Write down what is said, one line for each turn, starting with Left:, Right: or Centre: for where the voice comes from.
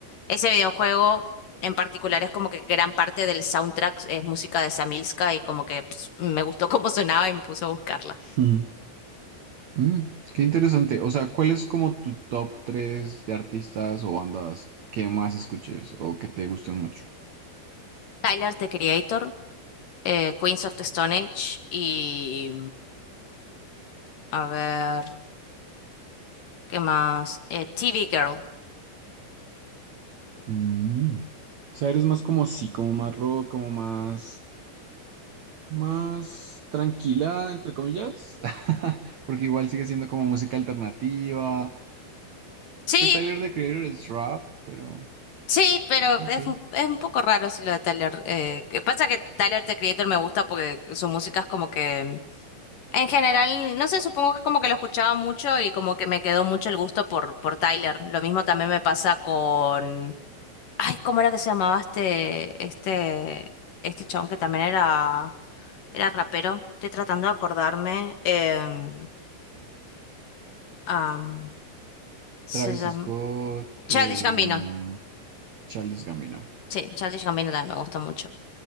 Left: ese videojuego en particular es como que gran parte del soundtrack es música de Samilska y como que ps, me gustó <laughs> cómo sonaba y me puse a buscarla.
Right: Ujú. Mm, qué interesante. O sea, ¿cuál es como tu top 3 de artistas o bandas que más escuches o que te gusten mucho?
Left: Tyler, The Creator, eh, Queens of the Stone Age y a ver. ¿Qué más? Eh, TV Girl.
Right: Mm. O sea, eres más como sí, como más rock, como más más tranquila, entre comillas, <laughs> porque igual sigue siendo como música alternativa.
Left: Sí,
Right: Pues Tyler, The Creator es rap, pero
Left: sí, pero
Right: ok.
Left: es, un- es un poco raro si lo de Tyler. Eh, que pasa que Tyler, The Creator, me gusta porque su música es como que... En general, no sé, supongo que como que lo escuchaba mucho y como que me quedó mucho el gusto por, por Tyler. Lo mismo también me pasa con... Ay, ¿cómo era que se llamaba este, este, este chabón que también era, era rapero? Estoy tratando de acordarme. Em, am, se
Right: Travis
Left: llama...
Right: Scott, eh,
Left: Childish Gambino.
Right: um, Childish Gambino.
Left: Sí, Childish Gambino también me gusta mucho.